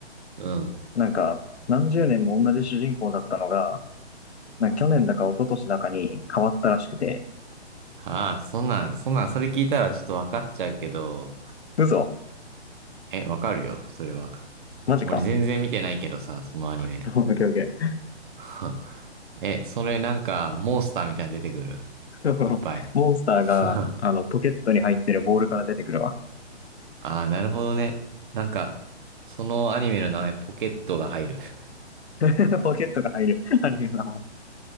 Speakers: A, on the right; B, on the left.
A: うん
B: なんか、何十年も同じ主人公だったのが、なんか去年だか一昨年だかに変わったらしくて。
A: ああ、そんなん、そんなん、それ聞いたらちょっとわかっちゃうけど、
B: 嘘
A: え、わかるよ、それは。
B: マジか。
A: 俺全然見てないけどさ、そのアニメ。
B: <laughs> オッケーオッケー。
A: <laughs> え、それなんか、モンスターみたいに出てくる。
B: <laughs>
A: いっぱい。
B: モンスターが、
A: <laughs> あ
B: あの、ポケットに入ってるボールから出てくるわ。
A: あ、なるほどね。なんか、そのアニメの名前、ポケットが入る。<laughs>
B: <laughs> ポケットが入る <laughs> アニメの名前。